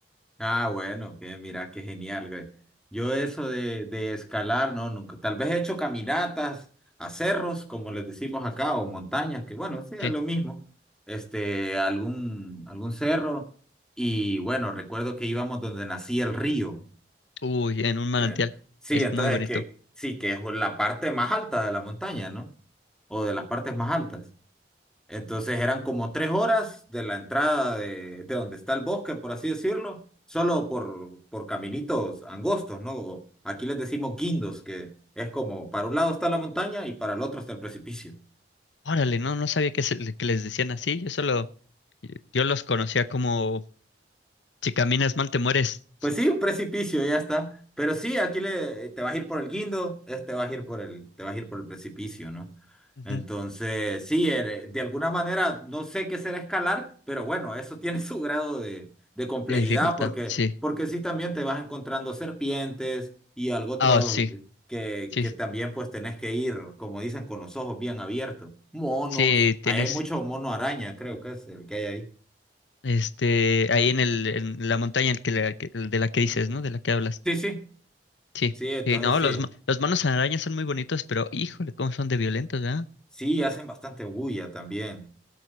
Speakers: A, in the centre; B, on the left.
A: Ah, bueno, que mira, qué genial, güey. Yo eso de, de escalar, no, nunca. Tal vez he hecho caminatas a cerros, como les decimos acá, o montañas, que bueno, sí, es
B: Sí.
A: lo mismo. Este, algún, algún cerro. Y bueno, recuerdo que íbamos donde nacía el río.
B: Uy, en un manantial.
A: Que- sí,
B: Es
A: entonces
B: muy bonito.
A: es que sí, que es la parte más alta de la montaña, ¿no? O de las partes más altas. Entonces eran como tres horas de la entrada de, de donde está el bosque, por así decirlo, solo por, por caminitos angostos, ¿no? O Aquí les decimos guindos, que es como para un lado está la montaña y para el otro está el precipicio.
B: Órale, no, no sabía que, se le- que les decían así. Yo solo, yo los conocía como si caminas mal te mueres.
A: Pues sí, un precipicio, ya está. Pero sí, aquí le, te vas a ir por el guindo, este vas a ir por el, te vas a ir por el precipicio, ¿no?
B: Ujú.
A: Entonces, sí, er- de alguna manera no sé qué será escalar, pero bueno, eso tiene <laughs> su grado de, de complejidad,
B: De dificultad,
A: porque,
B: sí.
A: porque sí también te vas encontrando serpientes y algo otro
B: Ah, sí,
A: que,
B: sí,
A: que también pues tenés que ir, como dicen, con los ojos bien abiertos. Monos,
B: sí,
A: ahí
B: tienes,
A: hay mucho mono araña, creo que es el que hay ahí.
B: este, ahí en el, en la montaña el que, le- que- el de la que dices, ¿no? De la que hablas.
A: Sí, sí.
B: Sí,
A: Sí, entonces
B: sí, no,
A: sí.
B: los, ma- los monos arañas son muy bonitos, pero híjole, cómo son de violentos, ¿verdad?
A: Sí, hacen bastante bulla también.